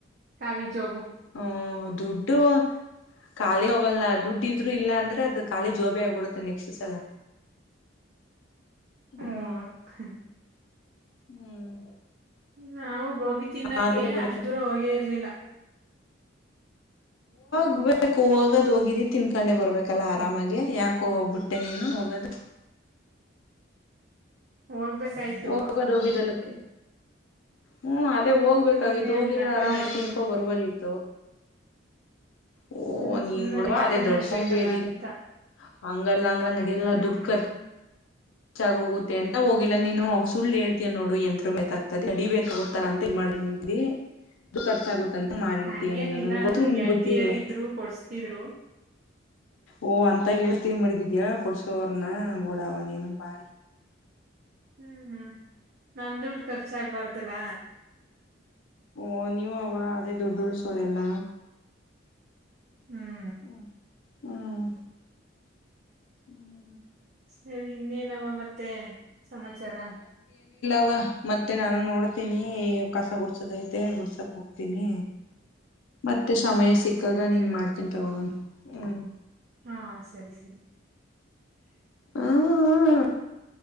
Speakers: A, on the right; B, on the left.
A: ಕಖಾಲಿಜ ಒಬ್ಬ
B: ಹ್ಮ ದುಡ್ಡು ಖಾಲಿ ಹೋಗಬಲ್ಲ ದುಡ್ ಇದ್ರು ಇಲ್ಲ ಅಂದ್ರೆ ಅದು ಖಾಲಿ ಜೋಬಿ ಆಗ್ಬಿಡುತ್ತೆ ನೆಕ್ಸ್ಟ್ ಸಲ
A: ಹ್ಮ
B: ಹ್ಮ್ ಹ್ಮ್
A: ನಾವು ಗೋಬಿ ತಿನ್ನಕೆ
B: ಆದ್ರೂ ಬಿಡ
A: ಅಷ್ಟ ದೂರ ಹೋಗೇ ಇರ್ಲಿಲ್ಲ ಹ್ಮ್
B: ಹ್ಬೇಕು ಹಾಗದ ಹ ಹಿ ತಿನ್ಕೊಂಡೆ ಬರ್ಬೇಕಲ್ಲ ಆರಾಮಾಗಿೆ ಯಾಕೋ ಬುಟ್ಟೆ ನೀನು ಹೋಗದು
A: ಹೋಗ್ಬೇಕಾಯ್ತು
B: ಹೋಗೋದ್ ಹೋಗಿದಲ್ಲತ್ತೆ ಹ್ಮ್ ಅದೇ ಹೋಗ್ಬೇಕಾಗಿತ್ತು
A: ಸುಮ್ನೆ ಅಲ್ಲಿ
B: ಹೋಗಿದ್ರೆ
A: ಗಂಟ
B: ಆರಾಮಾಗಿ
A: ನಡಿಬ
B: ತಿನ್ಕೋ ಬರ್ಬೋದಿತ್ತು ಓ
A: ಹ್ಮ್
B: ನೀನ್
A: ಸುಮ್ನೆ
B: ಬಿುಡವಾ
A: ಅಲ್ಲಿ ಗಂಟ
B: ಅದೇ
A: ನಡಿಬೇಕಲ್ಲ
B: ದೊಡ್ಸ್ಕ ಬೇಡಿದೆ
A: ಅಂತ
B: ಹಂಗಲ್ಲ ಅಂಗ್ಲ್ಲ ನಡಲ್ಲ
A: ಹ್ಮ್
B: ದುಡ್ಕರ್ ಹೆಚ್ಚಾಗ ಹೋಗುತ್ತೆ ಅಂತ ಹೋಗಿಲ್ಲ ನೀನು ಸುಳ್ಳು ಹೇಳ್ತೀಯ ನೋಡು ಯಂತ್ರ ಮತ ಆಗ್ತದೆ ಅಡಿ ಬೇಕಡ್ತಾರ ಮಾಡಿ ನಿಂತಿ ಇದು ರ್ಚಾಗುತ್ತೆ ಮಾಡಿಡ್ತೀಯ
A: ಹಂಗೇನಿಲ್ಲ
B: ನೀನು ನನ್ ಗೊತ್ತು ನೀನ್
A: ಗೆಳತಿಯರ್
B: ಬುದ್ಧಿ ಅಲ್ಲ
A: ಇದ್ರು ಕೊಡ್ಸ್ತಿದ್ರು
B: ಓ ಅಂತ ಹೇಳ್ತೀವಿ ಮಡಗಿದಯ ಕೊಡ್ಸೋ್ರನ ೂಡವ ನೀೇನು ಭಾರಿ
A: ಹ್ಮ್ ಹ್ಮ್ ನಮ್ದದುಡು ಖರ್ಚಾಗಗ್ಬಾರ್ದಲ್ಲ
B: ಓ ನೀವ ಅವ ಅದೇ ದುಡ್ಡು ಉಳ್ಸೋರೆಲ್ಲ
A: ಹ್ಮ್
B: ಹ್ಮ ಹ್ಮ್ ಹ್ಮ್
A: ಸರಿ ಇನ್ನೇನವ ಮತ್ತೆ ಸಮಾಚಾರ
B: ಅಲ್ವಾ ಮತ್ತೆ ನಾನು ನೋಡ್ತೀನಿ ಕಸ ಗುಡ್ಸೋದೈತೆ ಗುಡ್ಸಕ್ ಹೋಗ್ತೀನಿ
A: <inaudible>
B: ಮತ್ತೆ ಸಮಯ
A: ಹ್ಮ್
B: ಸಿಕ್ಕಾಗ
A: ಸರಿ
B: ನಿಂಗ
A: ಕಣ
B: ಮಾಡ್ತೀನ್ ತಗೊಂಡಣ ಹ್ಮ್
A: ಹಾ ಸರಿ ಸರಿ
B: ಹ್ಮ ಹ್ಮ